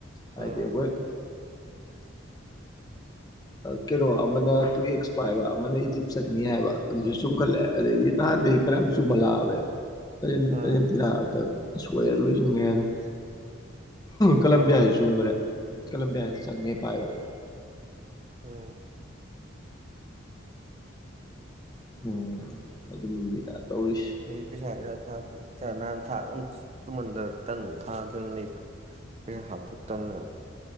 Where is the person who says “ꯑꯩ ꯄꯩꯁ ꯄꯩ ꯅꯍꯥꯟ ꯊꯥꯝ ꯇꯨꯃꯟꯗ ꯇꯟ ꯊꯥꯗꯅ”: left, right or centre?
Right